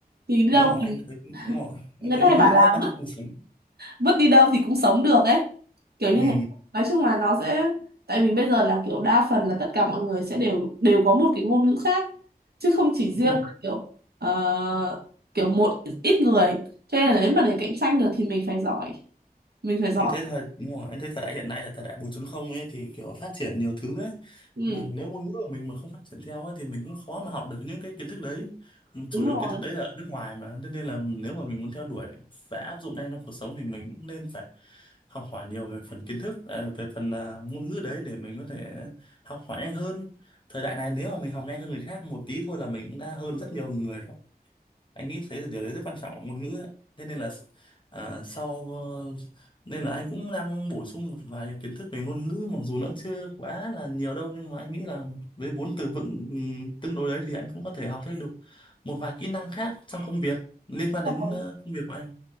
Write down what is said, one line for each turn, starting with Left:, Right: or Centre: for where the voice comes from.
Right: thì đi
Left: đúng
Right: đâu
Left: rồi
Right: thì
Left: anh thấy đúng rồi
Right: người
Left: anh thấy
Right: ta hay
Left: ngôn
Right: bảo
Left: ngữ
Right: là
Left: nó quan trọng một phần
Right: vứt đi đâu thì cũng sống được ấy kiểu như
Left: ừ
Right: thế. nói chung là nó sẽ tại vì bây giờ là kiểu đa phần là tất cả mọi người sẽ đều đều có một cái ngôn ngữ khác chứ không chỉ riêng
Left: đúng rồi
Right: là kiểu ờ, kiểu một ít người cho nên là nếu mà để cạnh tranh được thì mình phải giỏi mình phải giỏi
Left: em thấy thời đúng rồi, em thấy thời đại hiện nay là thời đại 4 không ấy thì kiểu phát triển nhiều thứ đấy
Right: ừ,
Left: mà nếu ngôn ngữ của mình mà không phát triển theo ấy thì mình cũng khó mà học được những cái kiến thức đấy chủ
Right: đúng
Left: yếu
Right: rồi
Left: kiến thức đấy là ở nước ngoài mà Thế nên là nếu mà mình muốn theo đuổi và áp dụng ngay trong cuộc sống thì mình cũng nên phải học hỏi nhiều về phần kiến thức à, về phần à, ngôn ngữ đấy để mình có thể học hỏi nhanh hơn thời đại này nếu mà mình học nhanh hơn người khác một tí thôi là mình cũng đã hơn rất nhiều người rồi anh nghĩ thế là điều đấy rất quan trọng ở ngôn ngữ ấy. thế nên là à, sau ờ, nên là anh cũng đang bổ sung một vài kiến thức về ngôn ngữ mặc dù nó chưa quá là nhiều đâu nhưng mà anh nghĩ là với vốn từ vựng ừm, tương đối đấy thì anh cũng có thể học thêm được một vài kỹ năng khác trong công việc liên quan
Right: Đúng
Left: đến
Right: rồi.
Left: ờ, công việc của anh